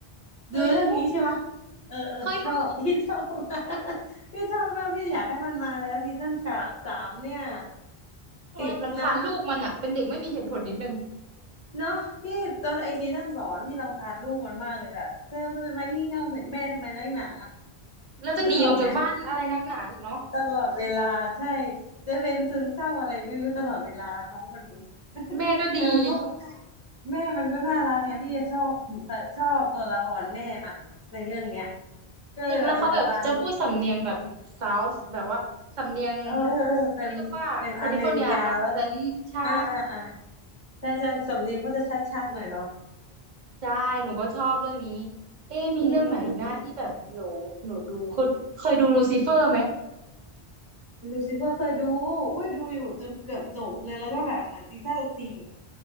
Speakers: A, on the right; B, on the left.
A: เคยดู
B: ดูเรื่องนี้ใช่ปะเออเออชอบ
A: เคยดู
B: <laughs> พี่ชอบ <laughs> พี่ชอบมากพี่อยากให้มันมาแล้วซีซั่นสามเนี่ย
A: หนูแบบรำคาญลูกมันอ่ะเป็นเด็กไม่มีเหตุผลนิดนึง
B: ติดเนาะเนาะพี่ตอนไอซีซั่นสองพี่รำคาญลูกมันมากเลยแบบเธอเธอจะมางี่เง่าใส่แม่ทำไมนักหนา
A: แล้วจะหนีออกจากบ้านอะไรนักหนาอีกเนาะ
B: ด้วยออกไหม ตลอดเวลาใช่จะเป็นซึมเศร้าอะไรไม่รู้ตลอดเวลาน้องคนนี้ <laughs>
A: แม่ก็ดี
B: เออมันก็แม่มันก็น่ารักไงพี่จะชอบบุคชอบตัวละครแม่มันในเรื่องเนี้ยก็เลยแบบยังตามอยู่
A: จริงแล้วเขาแบบจะพูดสำเนียงแบบเซาวส์แบบว่าสำเนียง
B: เออเออเออเป็นเป็นอเมริกาแล้ว
A: เขาเรียกว่าแคลิฟอร์เนียอักเซนต์ใช่
B: อ่าอ่าอ่าใช่ใช่สำเนียงเขาจะชัดๆหน่อยเนาะ
A: ใช่หนูก็ชอบเรื่องนี้เอ๊ะมีเรื่องไหนอีกนะที่แบบหนูหนูดูเคยเคยดูลูซิเฟอร์ไหม
B: อืมอืมอืมลูซิเฟอร์เคยดูอุ้ยดูอยู่จนเกือบจบเลยแล้วก็แบบเหมือนซีซั่นสี่